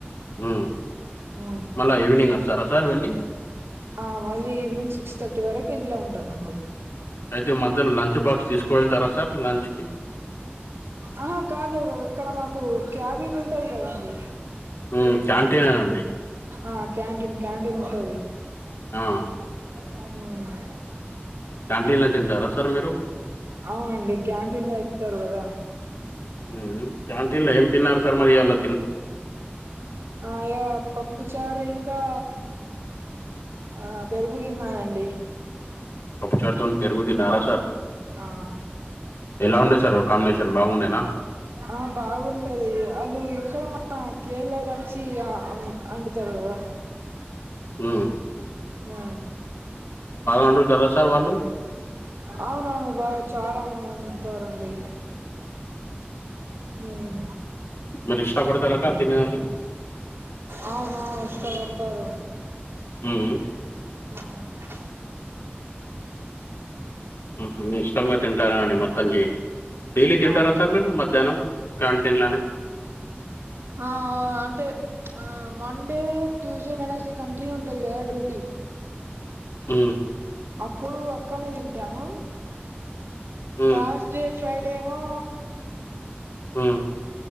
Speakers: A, on the left; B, on the right.
A: ఊమ్
B: ఊ
A: మళ్ళ ఈవినింగ్ అస్తారా సార్ వెళ్ళి
B: ఆ మళ్ళీ ఈవినింగ్ సిక్స్ థర్టీ వరకు ఇంట్లో ఉంటానండి
A: అయితే మధ్యలో లంచ్ బాక్స్ తీసుకువెళతారా సార్ లంచ్ కి
B: ఆహా కాదు ఇక్కడ మాకు క్యాబిన్ ఉంటది కదండి
A: హ్మ్ క్యాంటీనేనండి
B: ఆ క్యాంటీన్ క్యాంటీన్ ఉంటది ఊ
A: ఆ క్యాంటీన్ల తింటారా సార్ మీరు
B: అవునండి క్యాంటీన్ లో ఇత్తారు గదా
A: ఊమ్ క్యాంటీన్ల ఏం తిన్నారు సార్ మరి ఈయల
B: ఆ యా పప్పు చారు ఇంకా ఆ పెరుగు తిన్నానండి
A: పప్పు చారు తోని పెరుగు తిన్నారా సార్
B: ఆ
A: ఎలా ఉండే సార్ కాంబినేషన్ బాగుండేనా
B: ఆ బాగుంటది ఆళ్లు ఇక్కడ మన కేరలోళ్ళు వొచ్చి అండుతారు కదా
A: ఊ
B: ఊ
A: వండుతారా సార్ వాళ్ళు
B: అవునవును బాగా చాలా వండుతారండి ఊమ్
A: మరి ఇష్టపడతారా సార్ తినేందుకు
B: అవునవును ఇష్టపర్తారు
A: ఊమ్
B: హా
A: ఊహు ఇష్టంగా తింటారా అండి మొత్తం కి డైలీ తింటారా
B: ఆ
A: సార్ మీరు మధ్యాహ్నం క్యాంటీన్ లోనే
B: హా అంటే ఆ మండే ట్యూస్డే వెడ్నెస్డే కంటిన్యూ ఉంటది కదా డ్యూటీ
A: ఊ
B: అప్పుడు అక్కడనే తింటాను
A: హ్మ్
B: థర్స్‌డే ఫ్రైడే నేమో
A: ఉమ్మ్